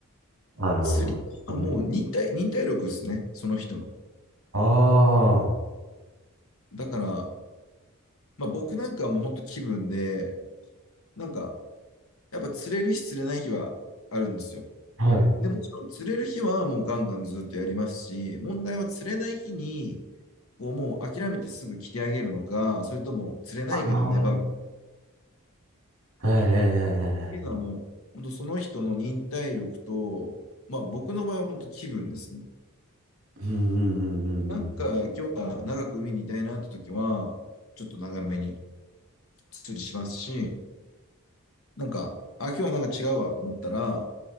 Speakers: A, on the right (about 60°); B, on the left (about 65°).
A: あのー、
B: 釣りはもう忍耐、
A: うん
B: 忍耐力ですね、その人の。
A: ああ、
B: だから、まあ、僕なんかはもう本当気分で、なんか、やっぱ釣れる日釣れない日はあるんですよ。
A: はい。
B: で、もちろん釣れる日はもうガンガンずっとやりますし、問題は釣れない日に、こうもう諦めてすぐ切り上げるのか、それとも釣れないけど粘る
A: あーはいはいはいはいはい。
B: っていうのはもう、本当その人の忍耐力と、まあ僕の場合は本当気分ですね。
A: うんうんうんうん
B: なんか今日は長く海にいたいなって時は、ちょっと長めに釣りしますし、なんか、あ、今日はなんか違うわと思ったら、